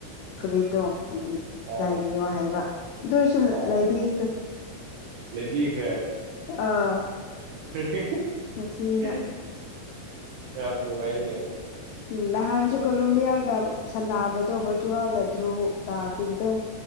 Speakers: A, on the left; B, on the right.
A: ꯐꯨꯔꯤꯇꯣ ꯍꯧꯖꯤꯛ
B: ꯑꯥ
A: ꯂꯥꯏꯕꯤꯌꯣ ꯍꯥꯏꯕ ꯑꯗꯨ ꯑꯣꯏꯁꯨ
B: ꯑꯥ
A: ꯂꯩꯕꯤꯈ꯭ꯔ
B: ꯂꯩꯕꯤꯈ꯭ꯔꯦ
A: ꯑꯥ
B: ꯍꯥ ꯍꯦ
A: ꯉꯁꯤꯅ
B: ꯍꯥ ꯌꯥꯝ ꯅꯨꯡꯉꯥꯏꯅꯦ
A: ꯎꯝ ꯅꯍꯥꯟꯁꯨ ꯀꯣꯂꯣꯕꯤꯌꯥꯒ ꯁꯥꯟꯕꯗꯣ ꯄꯣꯔꯆꯨꯒꯥꯜꯒ ꯙ꯭ꯔꯨ ꯇꯥꯈꯤꯕꯗꯣ